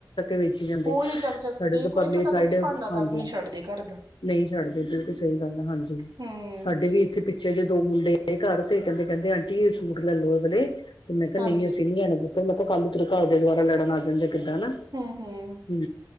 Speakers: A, on the left (about 85°); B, on the right (about 60°).
A: ਵੇਚ ਹੀ ਜਾਂਦੇ
B: ਉਹੀ ਚੱਕ ਚੱਕ
A: ਸਾਡੇ
B: ਕੇ
A: ਉਧਰ
B: ਕੋਈ
A: ਪਰਲੀ
B: ਇੱਥੋਂ ਤੱਕ
A: ਸਾਈਡ
B: ਕਿ ਭਾਂਡਾ ਤੱਕ
A: ਹਾਂਜੀ
B: ਨਹੀਂ ਛੱਡਦੇ ਘਰ ਦਾ
A: ਨਹੀਂ ਛੱਡ ਦੇ ਬਿਲਕੁਲ ਸਹੀ ਗੱਲ ਹਾਂਜੀ
B: ਹੂੰ
A: ਸਾਡੇ ਵੀ ਇੱਥੇ ਪਿੱਛੇ ਜੇ ਦੋ ਮੁੰਡੇ ਘਰ ਤੇ ਕਹਿੰਦੇ ਕਹਿੰਦੇ ਆਂਟੀ ਇਹ ਸੂਟ ਲੈ ਲੋ ਅਗਲੇ ਤੇ ਮੈਂ ਕਿਹਾ
B: ਹਾਂਜੀ
A: ਨਹੀਂ ਅਸੀਂ ਲੈ ਨਾ ਮੈਂ ਕਿਹਾ ਕੱਲ ਨੂੰ ਤੇਰੇ ਘਰ ਦੇ ਦੁਆਰਾ ਲੜਨ ਆ ਜਾਂਦੇ ਕਿੱਦਾਂ ਹਨਾ
B: ਹੂੰ ਹੂੰ
A: ਹੂ